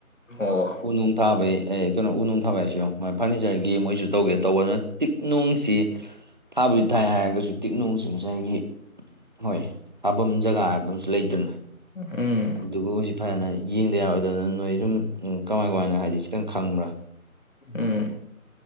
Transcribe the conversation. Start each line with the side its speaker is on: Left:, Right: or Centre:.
Left: ꯑꯣ
Right: ꯎ ꯅꯨꯡ ꯊꯥꯕꯩ ꯀꯩꯅꯣ ꯎ ꯅꯨꯡ ꯊꯥꯕ ꯍꯥꯏꯁꯨ ꯐꯔꯅꯤꯆꯔꯒꯤ ꯃꯣꯏꯁꯨ ꯇꯧꯒꯦ ꯇꯧꯕ ꯑꯗꯨꯅ ꯇꯤꯛꯅꯨꯡꯁꯤ ꯊꯥꯕꯁꯤ ꯊꯥꯏ ꯍꯥꯏꯔꯒꯁꯨ ꯇꯤꯛꯅꯨꯡꯁꯤ ꯉꯁꯥꯏꯒꯤ ꯍꯣꯏ ꯊꯥꯐꯝ ꯖꯒꯥ ꯍꯥꯏꯕ ꯑꯃꯁꯨ ꯂꯩꯇꯅ
Left: ꯎꯝ
Right: ꯑꯗꯨꯒ ꯍꯧꯖꯤꯛ ꯐꯖꯅ ꯌꯦꯡꯗ ꯌꯥꯔꯣꯏꯗꯕꯅ ꯅꯣꯏ ꯁꯨꯝ ꯀꯃꯥꯏ ꯀꯃꯥꯏꯅ ꯍꯥꯏꯗꯤ ꯈꯤꯇꯪ ꯈꯪꯕ꯭ꯔꯥ
Left: ꯎꯝ